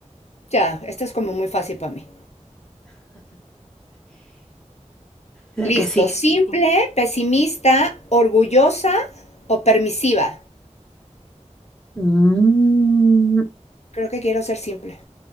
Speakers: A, on the left; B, in the centre.
A: Ya, esto es como muy fácil para mí.
B: La
A: Listo,
B: que sigue.
A: simple, pesimista, orgullosa o permisiva.
B: Mm,
A: Creo que quiero ser simple.